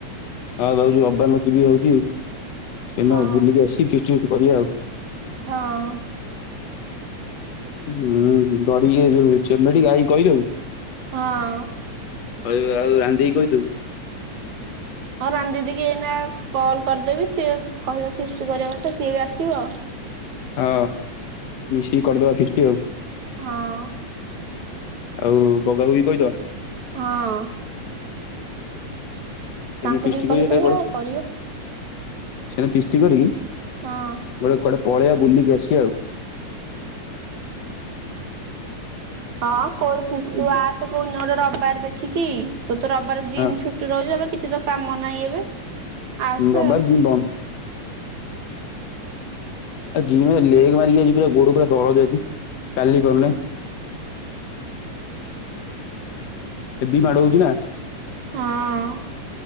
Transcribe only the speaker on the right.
ହଁ ହଉ।
ହଁ।
ହଁ ରାନି ଦିଦି କିି ଏଇନା କଲ୍ କରିଦେବି ସିଏ କହିବ ଫିଷ୍ଟି କରିବା କଥା ସିଏ ବି ଆସିବ।
ହଁ।
ହଁ।
ତାଙ୍କୁ ବି କହିଦବା କରିବା ହଁ।
ହଁ କଉ ଫିଷ୍ଟି ତୁ ଆସେ କଉଦିନ ରବିବାର ଦେଖିକି। ତୋର ତ ରବିବାର ଜିମ୍
ଛୁଟି ରହୁଚି ତାପରେ କିଛି ତ କାମ ନାହିଁ ଏବେ। ଆସେ
ଆଉ
ହୁଁ
ହଁ।